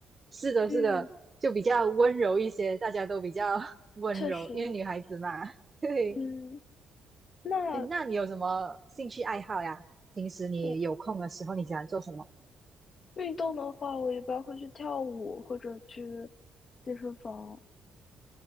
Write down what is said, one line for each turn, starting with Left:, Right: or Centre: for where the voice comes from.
Right: 是的，
Left: 嗯，
Right: 是的，就比较温柔一些，大家都比较 <laughs> 温柔，
Left: 确实，
Right: 因为女孩子嘛。对，
Left: 嗯，那
Right: 诶，那你有什么兴趣爱好呀？平时你有空的时候，
Left: 我
Right: 你喜欢做什么？
Left: 运动的话，我一般会去跳舞或者去健身房。